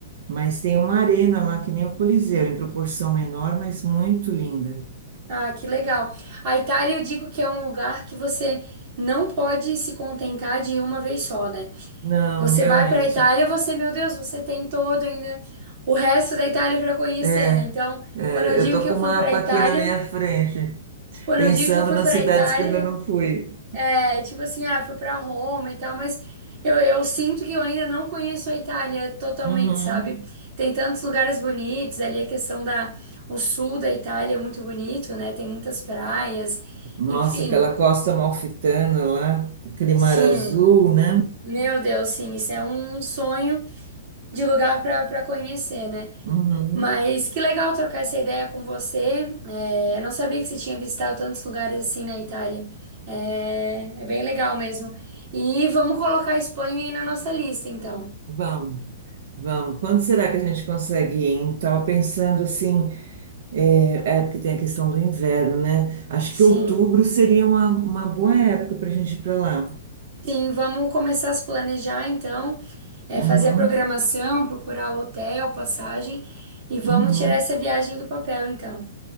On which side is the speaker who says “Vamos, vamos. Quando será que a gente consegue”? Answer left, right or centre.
Right